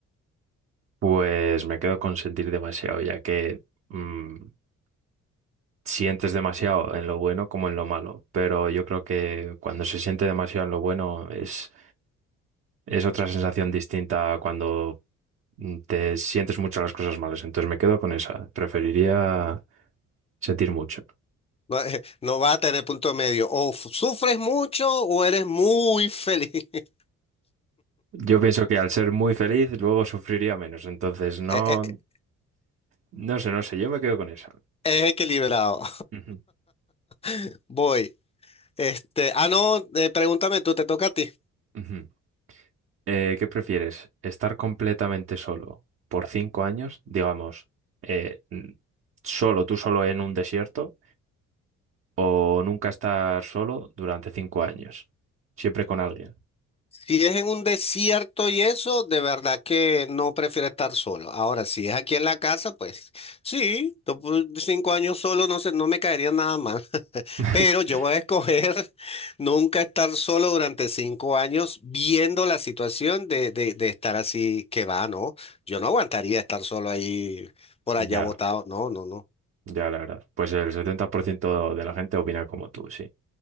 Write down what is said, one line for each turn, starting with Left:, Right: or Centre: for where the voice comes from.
Right: Pues me quedo con sentir demasiado, ya que mm, sientes demasiado en lo bueno como en lo malo. Pero yo creo que cuando se siente demasiado en lo bueno es, es otra sensación distinta a cuando mm, te sientes mucho las cosas malas. Entonces me quedo con esa. Preferiría sentir mucho.
Left: No, eh, no vas a tener punto medio. O f- sufres mucho o eres muy feliz. <laughs>
Right: Yo pienso que al ser muy feliz, luego sufriría menos. Entonces, no,
Left: Eh, eh,
Right: no sé, no sé, yo me quedo con esa.
Left: Es equilibrado.
Right: Ujú,
Left: <laughs> Voy. Este, ah, no, eh, pregúntame tú, te toca a ti.
Right: ujú. Eh, ¿qué prefieres? ¿Estar completamente solo por cinco años, digamos, eh, n- solo, tú solo en un desierto, o nunca estar solo durante cinco años, siempre con alguien?
Left: Si es en un desierto y eso, de verdad que no prefiero estar solo. Ahora, si es aquí en la casa, pues sí, to- por cinco años solo no sé, no me caería nada mal.
Right: <laughs>
Left: Pero yo voy a escoger <laughs> nunca estar solo durante cinco años viendo la situación de, de- de estar así que va, ¿no? Yo no aguantaría estar solo ahí por allá
Right: Ya,
Left: botado. No, no, no.
Right: ya, la verdad. Pues el 70% de la gente opina como tú, sí.